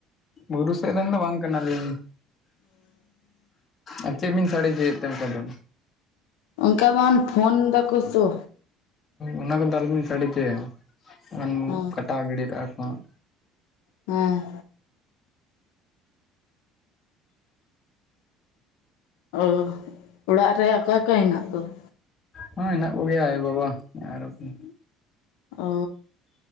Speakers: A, on the left (about 35°); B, on the left (about 85°).
A: ᱵᱩᱨᱩ ᱥᱮᱫ ᱨᱤᱱ ᱫᱚ ᱵᱟᱝ ᱠᱟᱱᱟ ᱞᱤᱧ ᱟᱨ ᱪᱮᱫ ᱵᱤᱱ ᱥᱟᱰᱮ ᱦᱚᱪᱚ ᱮᱫ ᱛᱮ ᱚᱱᱠᱟ‌ ᱫᱚ?
B: ᱚᱱᱠᱟ ᱫᱚ ᱦᱟᱱ ᱯᱷᱳᱱ ᱫᱟᱠᱚ ᱛᱚ
A: ᱚᱱᱟ ᱠᱚᱫᱚ ᱟᱞᱚ ᱵᱤᱱ ᱥᱟᱰᱮ ᱦᱚᱪᱚᱭᱟ ᱵᱟᱝᱠᱦᱟᱱ
B: ᱦᱮᱸ
A: ᱠᱟᱴᱟᱣ ᱜᱤᱰᱤ ᱠᱟᱜᱼᱟ ᱠᱚ ᱱᱦᱟᱜ
B: ᱦᱮᱸ ᱚ ᱚᱲᱟᱜ ᱨᱮ ᱚᱠᱚᱭ ᱠᱚ ᱦᱮᱱᱟᱜ ᱠᱚᱣᱟ?
A: ᱦᱮ ᱦᱮᱱᱟᱜ ᱠᱚᱜᱮᱭᱟ ᱟᱭᱳᱼ ᱵᱟᱵᱟ ᱟᱨᱚᱠᱚᱭ
B: ᱚ